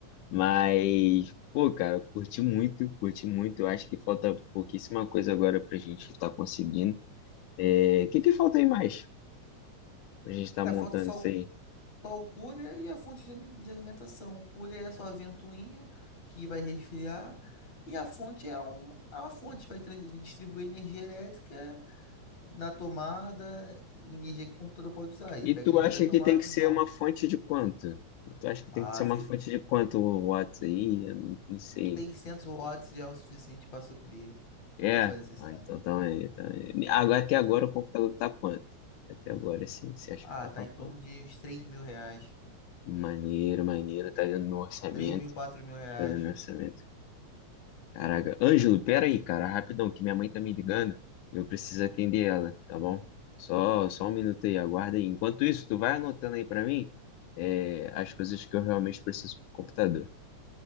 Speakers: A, on the left; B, on the left.
A: Mas, pô, cara, curti muito, curti muito. Eu acho que falta pouquíssima coisa agora pra gente estar conseguindo. É, o que que falta aí mais pra gente estar
B: Cara,
A: montando
B: falta só,
A: isso
B: o-
A: aí?
B: só o cooler e a fonte de, ali- de alimentação. O cooler é a sua ventoinha que vai resfriar. E a fonte é uma, é uma fonte, vai trans- distribuir energia elétrica na tomada, energia que o computador pode usar. Ele
A: E
B: pega
A: tu
B: a energia
A: acha
B: da tomada
A: que tem que
B: e transforma.
A: ser uma fonte de quanto? Tu acha que
B: Ah,
A: tem que ser uma
B: se-
A: fonte de quanto o Watts aí? Eu não, não sei.
B: 600 watts já é o suficiente para suprir
A: É?
B: sua necessidade.
A: Ah, então tá aí, então aí. Agora, até
B: Com
A: agora
B: certeza.
A: o computador tá quanto? Até agora, sim. Você acha
B: Ah,
A: que tá
B: tá
A: pra
B: em
A: quanto?
B: torno de uns três mil reais.
A: Maneiro, maneiro. Tá dentro do meu orçamento.
B: três mil, quatro mil reais.
A: Tá dentro do meu orçamento. Caraca. Ângelo, pera aí, cara, rapidão, que minha mãe tá me ligando. e Eu preciso atender ela, tá bom? Só, só um minuto aí, aguarda aí. Enquanto isso, tu vai anotando aí pra mim, é, as coisas que eu realmente preciso pro computador.